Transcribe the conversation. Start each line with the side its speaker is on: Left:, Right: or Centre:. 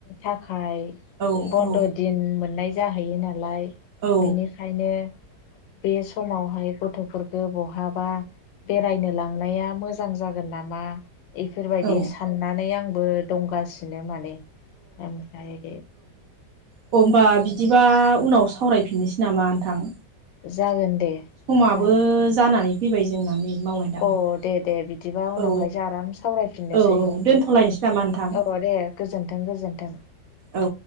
Left: थाखाय
Right: औ
Left: बन्द'
Right: औ
Left: दिन मोननाय जाहैयो नालाय
Right: औ
Left: बेनिखायनो बे समावहाय गथ'फोरखौ बहाबा बेरायनो लां नाया मोजां जागोन नामा बेफोर बायदि
Right: औ
Left: साननानै आं बो दंगासिनो माने ओमफ्राय
Right: अ होमबा बिदिबा उनाव सावरायफिननोसै नामा नोंथां?
Left: जागोन। दे
Right: समाबो
Left: जागोन
Right: जानानै फैबाय जोंना। नै मावनाय दांनाया
Left: अ दे दे बिदिबा उनावहायसो
Right: औ
Left: आराम सावरायफिननोसै।
Right: औ औ दोनथ'लायनोसै नामा नोंथां
Left: औ दे गोजोन्थों गोजोन्थों।
Right: औ।